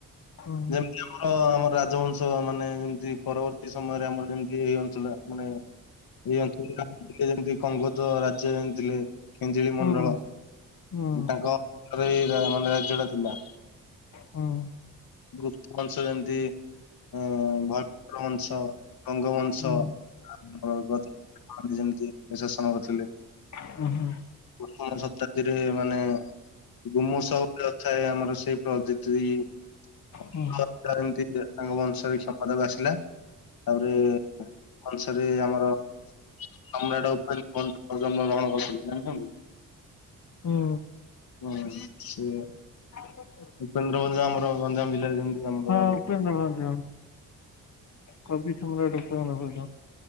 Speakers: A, on the left (about 50°); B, on the left (about 70°).
A: ହୁଁ
B: ଯେ ଆମର ଆମର ରାଜବଂଶ ମାନେ ଯେମିତି ପରବର୍ତ୍ତୀ ସମୟରେ ଆମର ଯେମତି ଇଏ ହେଉଥିଲା <unintelligible> ଯେମିତି କଙ୍ଗୋଦ ରାଜ୍ୟ ଯେମି ଥିଲେ। ମନ୍ତ୍ରୀ
A: ହୁଁ
B: ମଣ୍ଡଳ
A: ହୁଁ
B: ତାଙ୍କ <inaudible> ମାନେ ରାଜ୍ୟଟା ଥିଲା।
A: ହଁ।
B: ଗୁପ୍ତ ବଂଶ ଯେମିତି। ହଁ ହଁ ଭ <inaudible> ବଂଶ ଗଙ୍ଗ ବଂଶ
A: ହୁଁ
B: ଆମର ଗଜ <unintelligible> ଯେମିତିକି <unintelligible> ଶାସନ କରୁଥିଲେ।
A: ଅଁ ହଁ।
B: ପ୍ରଥମ ଶତାବ୍ଦୀରେ ମାନେ ଗୁମୁସ <unintelligible> ଗୋଟେ ଥାଏ ଆମର ସେଇ ପ୍ରଦି <unintelligible> <unintelligible>
A: ହଁ
B: ଏମିତି ତାଙ୍କ ବଂଶରେ କ୍ଷମତାକୁ ଆସିଲା ତାପରେ ବଂଶରେ ଆମର ସମ୍ରାଟ ଉପେନ୍ଦ୍ରଭଞ୍ଜ ଜନ୍ମ ଗ୍ରହଣ କରିଥିଲେ ଜାଣିଛନ୍ତି?
A: ହୁଁ।
B: ହଁ ସେୟା।
A: ଆ <unintelligible>
B: ଉପେନ୍ଦ୍ର ଉଞ୍ଜ ଆମର ଗଞ୍ଜାମ ଜିଲ୍ଲାରେ ଯେମିତି ଆମର
A: ହଁ ଉପେନ୍ଦ୍ର ଭଞ୍ଜ କବି ସମ୍ରାଟ ଉପେନ୍ଦ୍ର ଭଞ୍ଜ